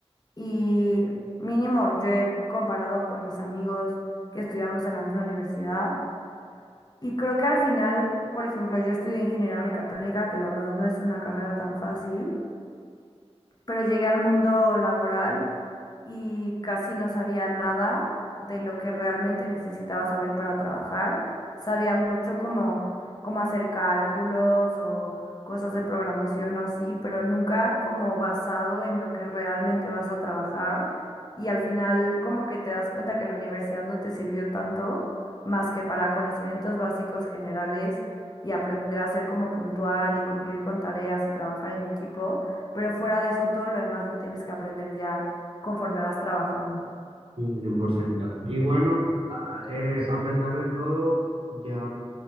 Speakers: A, on the left; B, on the right.
A: y mínimo yo he comparado con mis amigos que estudiamos en la misma universidad Y creo que al final, por ejemplo, yo estudié ingeniería mecatrónica, que la verdad no es una carrera tan fácil, pero llegué al mundo laboral y casi no sabía nada de lo que realmente necesitaba saber para trabajar. Sabía mucho como cómo hacer cálculos o cosas de programación o así, pero nunca como basado en lo que realmente vas a trabajar. Y al final como que te das cuenta que la universidad no te sirvió tanto más que para conocimientos básicos generales y aprender a ser como puntual y cumplir con tareas y trabajar en equipo pero fuera de eso, todo lo demás lo tienes que aprender ya conforme vas trabajando.
B: Sí, cien por ciento Y bueno, eh, a pesar de todo, ya